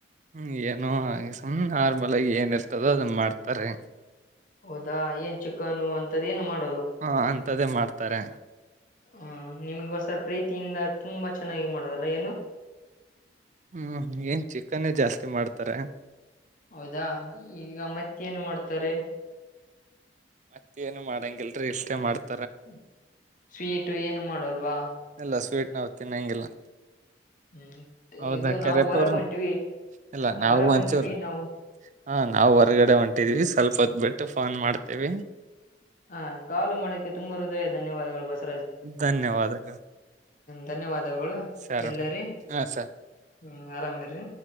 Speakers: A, on the right; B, on the left.
A: ಹ್ಮ್ ಏನು ಹಾಗ ಸುಮ್ ನಾರ್ಮಲ್ ಆಗಿ ಏನ ಇರ್ತದೋ ಅದನ್ನ ಮಾಡ್ತಾರೆ
B: ಹೌದಾ ಏನ್ ಚಿಕನು ಅಂತದ ಏನು ಮಾಡ್
A: ಹಾ ಅಂತ್ದೇ ಮಾಡ್ತಾರೆ
B: ಹ ನಿಮಗೋಸರ್ ಪ್ರೀತಿಯಿಂದ ತುಂಬಾ ಚೆನ್ನಾಗಿ ಮಾಡದಲ್ಲ ಏನು
A: ಹ್ಮ್ ಏನ್ ಚಿಕನೇ ಜಾಸ್ತಿ ಮಾಡ್ತಾರೆ
B: ಹೌದಾ ಈಗ ಮತ್ತೆೇನು ಮಾಡ್ತಾರೆ
A: ಮತ್ತ ಏನು ಮಾಡಂಗಿಲ್ರಿ ಇಷ್ಟೇ ಮಾಡ್ತ
B: <unintelligible> <unintelligible> ಏನು ಮಾಡೋಲ್ವಾ
A: ಆ ಸ್ವೀಟ್ ನಾವು ತಿನ್ನಂಗಿಲ್ಲಾ.
B: ಹ್ಮ್
A: ಹೌದಾ
B: ಇದು
A: ಕರೆಪ್ಪ
B: ನಾವು ಹೊರಗ್
A: ಅವರು
B: ಹೊಂಟಿವಿ
A: ಇಲ್ಲಾ ನಾವು
B: ಹೊರಗ್
A: ಒಂಚೂರು
B: ಹೊಂಟಿವಿ ನಾವು
A: ಹ ನಾವ್ ಹೊರ್ಗಡೆ ಹೊಂಟಿದೀವಿ ಸ್ವಲ್ಪ ಹೊತ್ ಬಿಟ್ಟು ಫೋನ್ ಮಾಡ್ತವಿ. <unintelligible>
B: ಹಾ ಕಾಲು ಮಡಕೆ ತುಂಬಾ ಹೃದಯ ಧನ್ಯವಾದಗಳು ಬಾಸ್.
A: ಧನ್ಯವಾದಗಳು
B: ಧನ್ಯವಾದ ಗಳು
A: ಸರ್
B: ಇಳ್ಳರಿ
A: ಹಾ ಸರ್
B: ಹ್ಮ್ ಆರಾಮೇರಿ